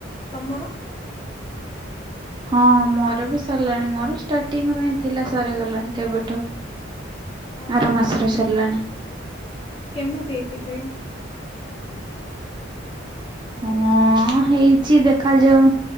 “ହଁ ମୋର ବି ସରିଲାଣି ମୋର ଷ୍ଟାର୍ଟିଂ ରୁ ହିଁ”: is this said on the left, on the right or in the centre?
Right